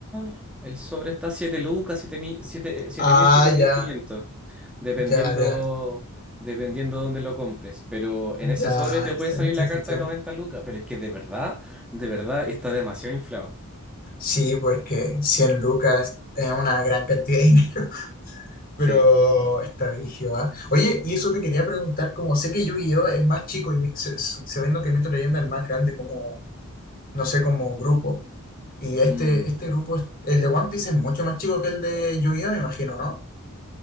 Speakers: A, in the centre; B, on the left (about 40°).
A: ah. El sobre está 7 lucas, 7.000 7, 7.000,
B: Ah,
A: 7.500.
B: ya,
A: Dependiendo,
B: ya, ya,
A: dependiendo dónde lo compres. Pero en ese
B: ya,
A: sobre te puede
B: se
A: salir
B: ent-
A: la
B: se
A: carta
B: entiende.
A: de 90 lucas. Pero es que de verdad, de verdad está demasiado inflado.
B: Sí, pues que 100 lucas es una gran cantidad de <laughs> dinero. Pero
A: Sí.
B: está dirigido a... Oye, y eso te quería preguntar, como sé que Yu-Gi-Oh es más chico y mi- se- se- sabiendo que Mito Leyenda es el más grande como, no sé, como grupo, y este,
A: Mm.
B: este grupo, es- el de One Piece es mucho más chico que el de Yu-Gi-Oh, me imagino, ¿no?